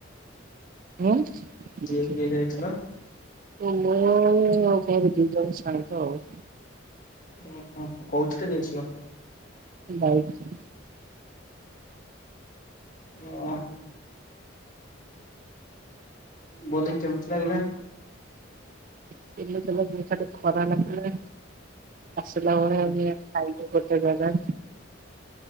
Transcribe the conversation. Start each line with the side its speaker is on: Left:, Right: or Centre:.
Right: ଆ <unintelligible>
Left: କିଏ କିଏ ଯାଇଥିଲ?
Right: ସାଙ୍ଗ ଆଉ
Left: ଓହୋ କୋଉଥିରେ ଯାଇଥିଲ?
Right: ବାଇକ
Left: <unintelligible> ବୋଲେ କେମତି ଲାଗିଲା?
Right: <unintelligible> ତଲି ଖରା ଲାଗିଲ ଆସିଲ ଖାଇବ ସେ ଜାଗା